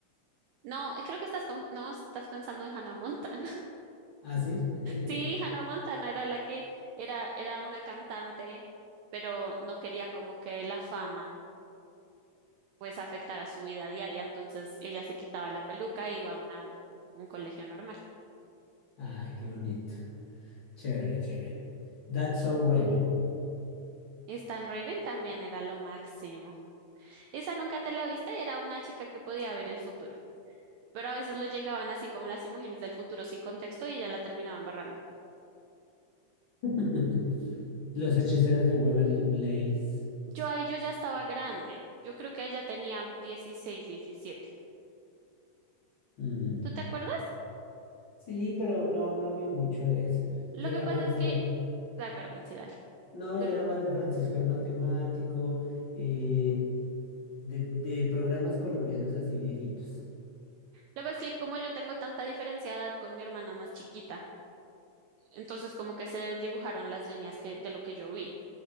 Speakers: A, on the right (about 80°); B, on the left (about 45°).
A: No, creo que estás confu- no, estás pensando en Hannah Montana. <laughs>
B: Ah, sí. <laughs>
A: Sí, Hannah Montana era la que era, era una cantante, pero no quería como que la fama. pues afectara su vida diaria. Entonces ella se quitaba la peluca e iba a una, un colegio normal.
B: Ah, qué bonito. Chévere, chévere. That's so Raven.
A: Stan Raven también era lo máximo. Esa nunca te la viste, era una chica que podía ver el futuro. Pero a veces le llegaban así como las imágenes del futuro sin contexto y ella la terminaba embarrando.
B: <laughs> Los hechiceros de Waverly Place.
A: Yo ahí yo ya estaba grande. Yo creo que ella tenía 16, 17.
B: Mm,
A: ¿Tú te acuerdas?
B: Sí, pero no, no vi mucho de eso.
A: Lo
B: Yo
A: que
B: era
A: pasa
B: más
A: es
B: de...
A: que... ah perdón, sí, dale.
B: No,
A: Dura.
B: yo era más de Francisco el Matemático, eh, de, de programas colombianos así viejitos.
A: Lo que pasa es que como yo tengo tanta diferencia de edad con mi hermana más chiquita, Entonces como que se desdibujaron las líneas que, de lo que yo vi,